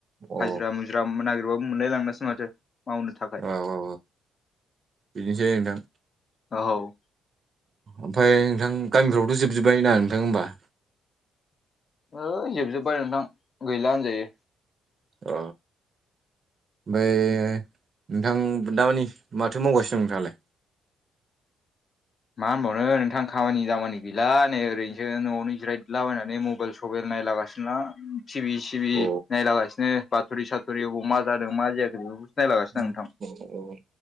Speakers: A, on the right; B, on the left.
A: अ औ
B: हाजिरा मुजिरा नागिरबाबो मोनलायलांलासै माथो। मावनो थाखाय
A: औ औ बिदिनोसै नोंथां
B: औ।
A: ओमफ्राय नोंथां गामिफ्रावथ' जोबजोब्बाय ना नोंथां होमबा?
B: ओइ जोबजोब्बाय नोंथां गैला होनजायो।
A: अ। ओमफ्राय नोंथां दामानि माथो मावगासिनो दं नोंथांङालाय?
B: मा होनबावनो नोंथां खामानि दामानि गैला नै ओरैनोसो न'आवनो जिरायलाबायनानै म बाइल सबाइल नायलागासिनो आं। टिभि सिभि
A: औ
B: नायलागासिनो बाथरि सााथ'रि अबाव मा जादों मा जायाखै बेखौफोरखौसो नायलागासिनों
A: औ
B: नोंथां।
A: औ